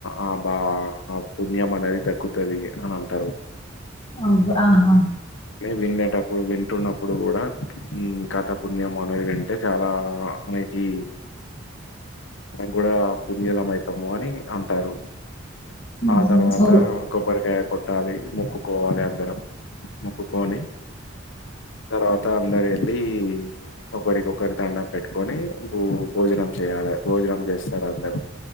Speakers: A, on the left; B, on the left.
A: ఆ బా ఆ పుణ్యం అనేది ద కుతది అని అంటరు
B: <inaudible> ఆహా
A: వినేటప్పుడు వింటున్నప్పుడు గూడా కథ పుణ్యం అనేది వింటే చాలా మీకి మనం కూడ పుణ్యులం అయితాము అని అంటారు
B: ఊహు
A: ఆ తర్వాత
B: ఓహో
A: యే కొట్టాలి మొక్కుకోవాలి అందరం మొక్కుకొని తర్వాత అందరు వెళ్ళి ఒకరి కొకరి దండం పెట్టుకొని భూ భోజనం చేయాలి భోజనం జెస్తరు అందరు